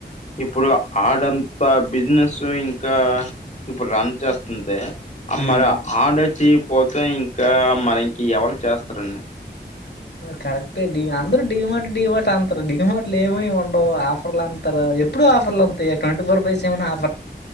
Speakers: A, on the left; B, on the left.
A: ఇప్పుడు ఆడంతా బిజినెస్ ఇంకా ఇప్పుడు రన్ చేస్తుంటే
B: ఉమ్
A: మరి
B: అవును
A: ఆర్డర్ ఇచ్చి పోతే ఇంకా మరి ఇంకి ఎవరు చేస్తారండి
B: కరెక్ట్ డీ అందరు డి మార్ట్ డి మార్ట్ అంటరు డి మార్ట్లు ఏం ఉండవు ఆఫర్లు అంత ఎప్పుడు ఆఫర్లు వాతయ twenty four by seven offer